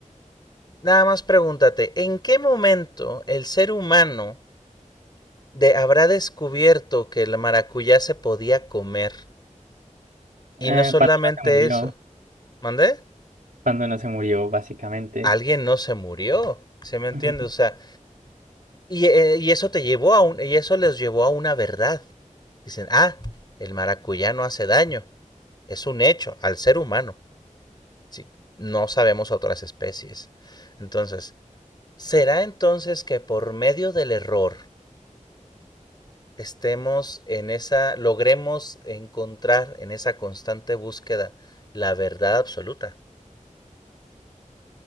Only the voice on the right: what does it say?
Eh,
cuando no se murió,
cuando no se murió, básicamente.
Ujú.